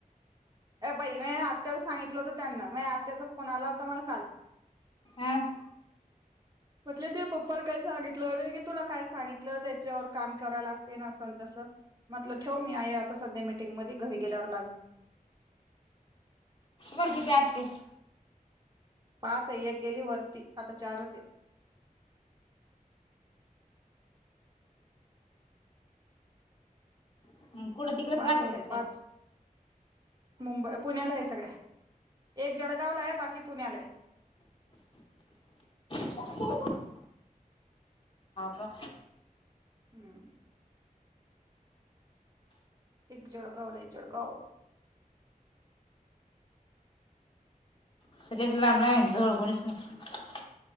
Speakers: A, on the right; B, on the left.
A: अ बाई मी आत्याला सांगितलं होत त्यांना म आत्याचा फोन आला होता मला काल
B: आह
A: म्हटलं दे पप्पाला काय सांगितलं की तुला काय सांगितलं त्याच्यावर काम करायला लागते ना असन तसं म्हटलं ठेव मी आई आता सध्या मीटिंगमध्ये घरी गेल्यावर लागून
B: बर किती आत ते
A: पाच आहे एक गेली वरती आता चारच आहे
B: हं, कुठं तिकडेच
A: पाच
B: राहते
A: होत्या
B: का त्या साईड
A: पाच मुंबई पुण्याला आहे सगळ्या एक जळगावलाय बाकी पुण्यालाय
B: हो का
A: हम्म एक जळगावला जळगाव
B: असगच लांबला आहे ळ कोणच नाही